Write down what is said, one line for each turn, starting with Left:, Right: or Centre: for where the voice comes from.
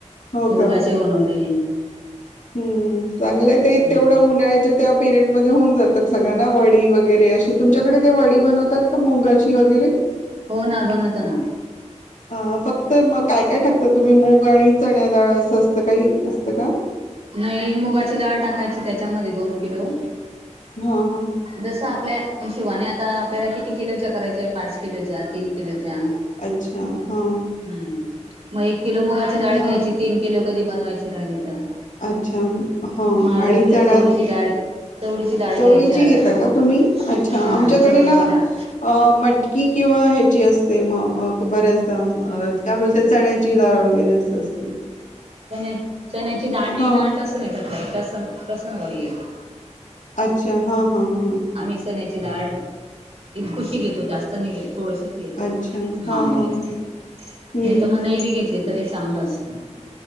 Left: हो
Right: मुरदाचे
Left: का
Right: बनवले.
Left: हम्म चांगलंय
Right: हम्म
Left: ते तेवढं उन्हाळ्याच त्या पिरियड मध्ये होन जातात सगळ्यांना वडी वगैरे अशी तुमच्याकडे ते वडी बनवतात का मुगाची वगैरे
Right: हो ना बनवत ना.
Left: अ फक्त मग काय काय टाकत तुम्ही मूग आणि चण्या ाळ असं असतं काही असतं का?
Right: नाही मुगाची डाळ टाकायची, त्याच्यामध्ये दोन किलो,
Left: हा हा,
Right: जसं आपल्या हि शोबाणे आता, आपल्याला किती किलोच्या करायच्या पाच किलोच्या तीन किलोच्या,
Left: अच्छा हां,
Right: हम्म मग एक किलो मुगाची डाळ
Left: हा
Right: घ्यायची, तीन किलो कधी बनवायची राहिली तर,
Left: अच्छा ह,
Right: मग अर्धा
Left: आणि
Right: किलो
Left: चण
Right: चवळीची डाळ चवळीची डाळ
Left: चवळी,
Right: घ्यायची अर्धा
Left: ची घेत
Right: किलो
Left: क तुम्ही अच्छ आमच्या
Right: हा चवळीची
Left: कडये ना,
Right: डाळ
Left: अ मटकी किंवा ह्याची असते मग, बऱ्याचदा काय बोलत चण्याची डाळ वगैरे असते, सस्त,
Right: चण्या चण्याची दाणी
Left: हा
Right: नटसण येतात, काही प्रसन प्रसन वळी येते,
Left: अच्छा हां हां हां,
Right: आम्ही चन्याची डाळण, इतकुशी घेतो जास्तनी घेतो, थोडशीच येतो
Left: अच्छा.
Right: मामूली
Left: हां, हां,
Right: नाही,
Left: हां. हं.
Right: तर मग नै बी घेतले तरी चांगलं असतं.